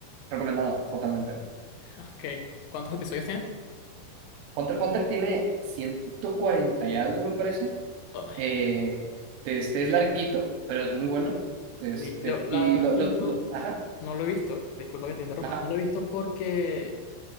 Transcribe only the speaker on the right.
Recomendado, totalmente.
Hunter x Hunter tiene 140 y algo, me parece.
Eh, este es larguito, pero es muy bueno. Este,
y
lo,
lo,
lo- ajá,
ajá.